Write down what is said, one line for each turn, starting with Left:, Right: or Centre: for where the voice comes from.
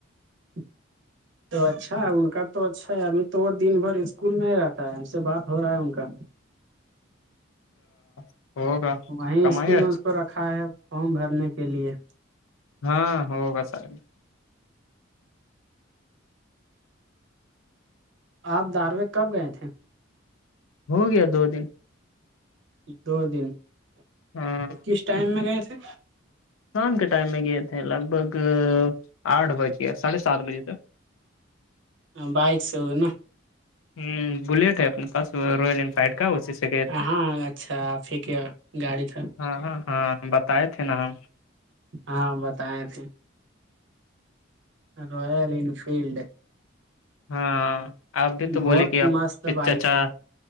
Right: ج <inaudible> تو اچھا ان کا تو اچھا ہے ابھی تو دن بھر اسکول میں ہی رہتا ہے ہم سے بات ہو رہا ہے ان کا
Left: تو <inaudible>
Right: وہیں
Left: کمائی
Right: اسکول
Left: اچھا
Right: میں اس کو رکھا ہے فارم بھرنے کے لیے
Left: ہاں ہوگا سا <unintelligible>
Right: آپ داروے کب گئے تھے
Left: ہو گیا دو دن
Right: دو دن
Left: ہاں
Right: کس ٹائم میں گئے تھے
Left: شام کے ٹائم میں گئے تھے لگ بھگ آٹھ بجے ساڑھے سات بجے تک
Right: بائک سے ہو نا
Left: ہ بلیٹ ہے اپنے پاس روائل انفائڈ کا اسی سے گئے تھے
Right: ہاں اچھا آپ کیا گاڑی تھا
Left: ہاں ہاں ہاں بتائے تھے نا ہم
Right: ہاں بتائے تھے رویال انینفیلڈ
Left: ہاں آپ بھی تو
Right: بہت
Left: بولے کہ آپ
Right: مست بائک
Left: چاچا
Right: ہے